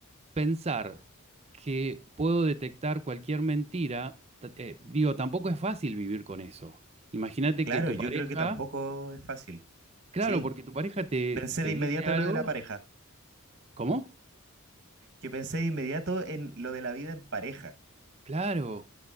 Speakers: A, on the right; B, on the right.
A: pensar que puedo detectar cualquier mentira, t- eh, digo, tampoco es fácil vivir con eso. Imagínate
B: claro,
A: que tu
B: yo
A: pareja,
B: creo que tampoco es fácil.
A: claro,
B: Sí.
A: porque tu pareja te,
B: Pensé
A: te
B: de inmediato
A: dice algo,
B: en lo de la pareja,
A: ¿cómo?
B: que pensé de inmediato en lo de la vida en pareja.
A: Claro,